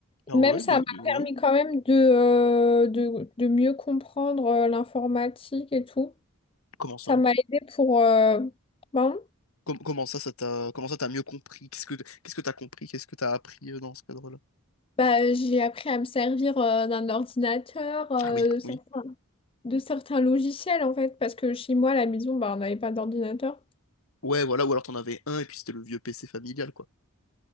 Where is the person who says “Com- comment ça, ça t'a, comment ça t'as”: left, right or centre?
Left